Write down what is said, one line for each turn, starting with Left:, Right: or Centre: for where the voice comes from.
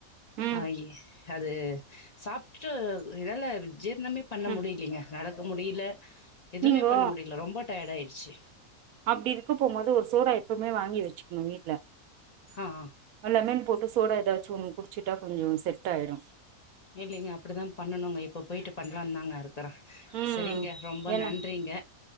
Right: ம்
Left: ஆயே அது சாப்ட்டு இதால ஜீர்ணமே பண்ண
Right: ம்
Left: முடிலிங்க நடக்க முடில எவுமே
Right: நீங்கோ
Left: பண்ண முடி ரொம்ப டயடா ஆய்டிச்சு
Right: அப்டி இருக்க போம்போது ஒரு சோடா எப்பவுமே வாங்கி வச்சிக்ணு வீட்ல
Left: அ அ
Right: லெமன் போட்டு சோடா ஏதாச்சும் குடிச்சிட்டா கொஞ்சு செட் ஆயிடு
Left: இல்லிங்க அப்படிதா பண்ணனுங்க இப்போ போய்ட்டட்டு பண்ணலாந்தாங்க இருக் கறே
Right: ம்
Left: செரிங்க ரொம்ப
Right: ஏன்னா
Left: நன்றிங்க